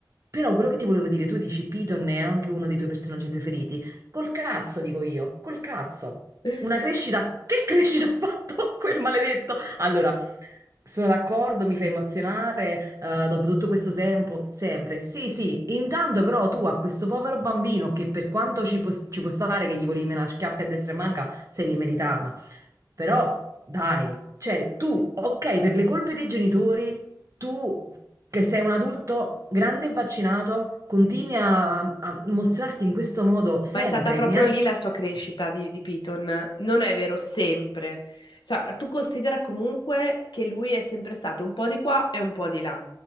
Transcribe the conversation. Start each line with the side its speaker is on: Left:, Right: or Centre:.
Right: Però quello che ti volevo dire, tu dici Piton è anche uno dei tuoi personaggi preferiti. Col cazzo, dico io, col cazzo.
Left: <laughs>
Right: Una crescita, che <laughs> crescita ha fatto quel maledetto? Allora, sono d'accordo, mi fa emozionare, eh, dopo tutto questo tempo, sempre. Sì, sì, intanto però tu a questo povero bambino che per quanto ci può, ci può stare che gli volevi menare schiaffi a destra e manca, se li meritava. Però, dai, cioè tu, ok, per le colpe dei genitori, tu che sei un adulto grande e vaccinato, continui a, a mostrarti in questo modo sempre.
Left: Ma è stata proprio
Right: neanche-
Left: lì la sua crescita di, di Piton. Non è vero sempre. Cioè, tu considera comunque che lui è sempre stato un po' di qua e un po' di là.